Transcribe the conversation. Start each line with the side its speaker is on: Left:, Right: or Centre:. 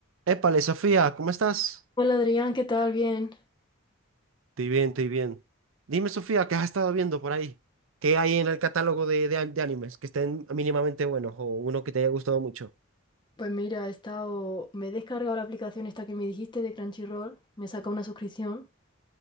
Right: Épale, Sofía, ¿cómo estás?
Left: Hola Adrián, ¿qué tal? Bien.
Right: Estoy bien, estoy bien. Dime, Sofía, ¿qué has estado viendo por ahí? ¿Qué hay en el catálogo de, de, an- de animes que estén mínimamente buenos o uno que te haya gustado mucho?
Left: Pues mira, he estado, me he descargado la aplicación esta que me dijiste de Crunchyroll, me saca una suscripción